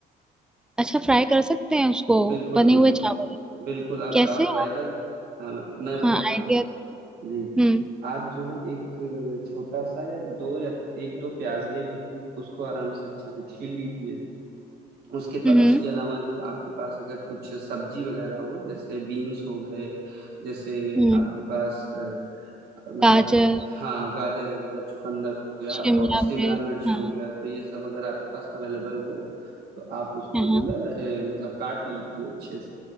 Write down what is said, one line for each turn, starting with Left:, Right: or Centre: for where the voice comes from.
Centre: अच्छा फ्राई कर सकते हैं उसको
Right: है बिल्कुल
Centre: बने
Right: बिल्कुल
Centre: हुए चावल
Right: बिल्कुल आप
Centre: कैसे
Right: चावल फ्राई
Centre: आप
Right: कर हाँ मैं बताता
Centre: हाँ आइडिया
Right: हूँ जी जी
Centre: हम्म
Right: आप जो है एक अ, छोटा सा या दो या एक दो प्याज ले लीजिए उसको आराम से अच्छे से छील लीजिए उसके पा,
Centre: हम्म
Right: उसके अलावा जो है आपके पास अगर कुछ सब्जी वगैरह हो जैसे बीन्स हो गए जैसे
Centre: हम्म
Right: आपके पास अ, मतलब
Centre: गाजर
Right: हाँ गाजर हो गया चुकंदर हो गया
Centre: शिमला
Right: और शिमला
Centre: मिर्च
Right: मिर्च
Centre: हाँ
Right: हो
Centre: हाँ
Right: गया तो ये सब अगर आपके पास अवेलेबल हो तो आप उसको
Centre: हाँ, हाँ,
Right: जो है अ, मतलब काट लीजिए अच्छे से